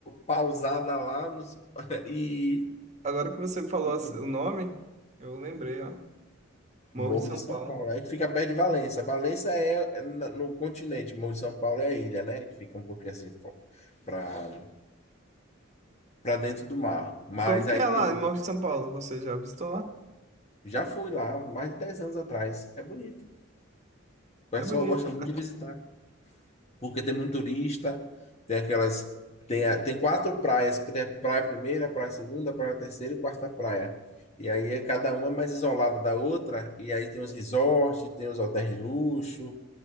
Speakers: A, on the left (about 30°); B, on the right (about 35°).
A: pausada lá nos- <laughs> e
B: agora que você
A: curte
B: me falou
A: um pouquinho.
B: assim, o nome, eu lembrei, ó. Morro
A: Morro
B: de São
A: de São
B: Paulo.
A: Paulo, aí que fica perto de Valença. Valença é é na- no continente, Morro de São Paulo é a ilha, né? Que fica um pouquinho assim para para dentro do mar. Mas
B: E como que
A: aí
B: é lá
A: tem
B: em Morro de São Paulo? Você já visitou lá?
A: Já fui lá mais de 10 anos atrás. É bonito. O pessoal
B: É bonito.
A: gosta muito de visitar, porque tem muito turista, tem aquelas. Tem, a- tem quatro praias, tem a praia primeira, praia segunda, praia terceira e quarta praia. E aí é- cada uma é mais isolada da outra, e aí tem os resorts, tem os hotéis de luxo,